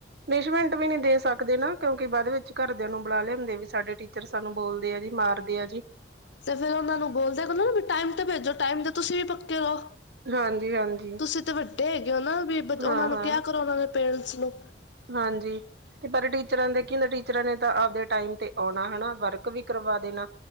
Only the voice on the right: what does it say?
ਪਨਿਸ਼ਮੈਂਟ ਵੀ ਨੀ ਦੇ ਸਕਦੇ ਨਾ ਕਿਉਂਕਿ ਬਾਦ ਵਿੱਚ ਘਰਦਿਆਂ ਨੂੰ ਬੁਲਾ ਲਿਆ ਦੇਣ ਵੀ ਸਾਡੇ ਚ ਰ ਸਾਨੂੰ ਬੋਲਦੇ ਆ ਜੀ ਮਾਰਦੇ ਆ ਜੀ
ਹਾਂਜੀ ਹਾਂਜੀ
ਹਾਂ-ਹਾਂ,
ਹਾਂਜੀ ਤੇ ਪਰ ਟੀਚਰਾਂ ਦੇ ਕੀ ਹਦੇ ਟੀਚਰਾਂ ਨੇ ਤਾਂ ਆਪਦੇ ਟਾਈਮ ਤੇ ਆਉਣਾ ਹਨਾ ਵਰਕ ਵੀ ਕਰਵਾ ਦੇਣਾ